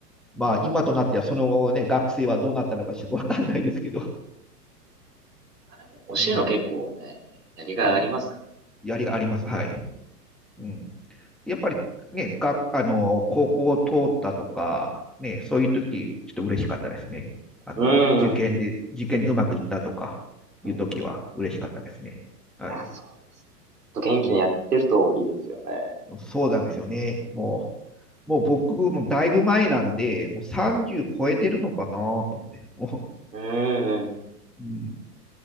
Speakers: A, in the centre; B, on the right.
A: まあ、今となっては、その後ね、学生はどうなったのかちょっとわかんないですけど、
B: あ、でも、教えるの結構ね、
A: うん、
B: やりがいありますか
A: うん、やりがあります。はい。うん、やっぱりね、が、あの、高校を通ったとか、ね、そういう時、ちょっと嬉しかったですね。あの、
B: ら。
A: 受験で、
B: うん。
A: 受験にうまくいったとか、
B: うん。
A: いう時は嬉しかったですね。はい。
B: いや、そうですね。ちょっと元気にやってるといいですよね。
A: うん、そうなんですよね。もう、もう僕もだいぶ前なんで、もう30超えてるのかなと思って。も
B: うん。
A: う、うん。